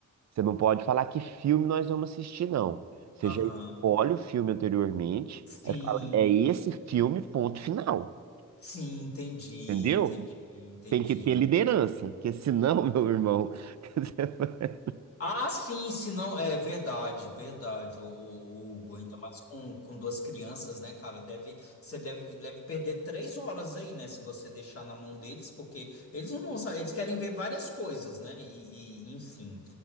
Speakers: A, on the right; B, on the left.
A: Você não pode falar que filme nós vamos assistir, não. Você
B: Aham.
A: já escolhe o filme anteriormente,
B: Sim,
A: aí fala, é esse filme, ponto final.
B: sim, entendi,
A: Entendeu?
B: entendi, entendi.
A: Tem que ter liderança, porque senão, <laughs> meu irmão. <laughs> você vai-
B: Ah, sim, se não, é verdade, verdade, o, o- o Hugo, ainda mais com, com duas crianças, né, cara, deve, você deve, deve perder três horas aí, né, se você deixar na mão deles, porque eles não vão saber, eles querem ver várias coisas, né, e, e, enfim.